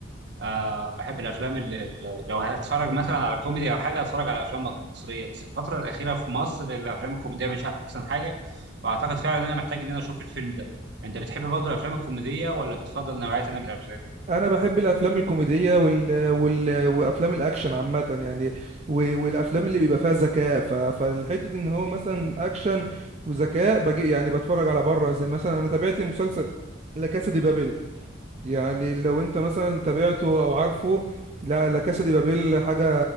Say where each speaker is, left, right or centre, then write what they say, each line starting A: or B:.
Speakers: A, on the right; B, on the right.
A: آه بحب الافلام اللي اللي- لو هتفرج مثلا على كوميدي او حاجة هتفرج على افلام مصرية بس الفترة الأخيرة في مصر الافلام الكوميدية مش احسن حاجة واعتقد فعلا ان انا محتاج ان انا اشوف الفيلم ده انت بتحب برضه الافلام الكوميدية ولا بتفضل نوعية تانية من الافلام
B: انا بحب الافلام الكوميديه وال... وال... وافلام الاكشن عامه يعني و... والافلام اللي بيبقى فيها ذكاء ف... فالحته ان هو مثلا اكشن وذكاء بجي يعني بتفرج على بره زي مثلا انا تابعت مسلسل لا كاسا دي بابيل يعني لو انت مثلا تابعته او عارفه لا لا كاسا دي بابيل حاجه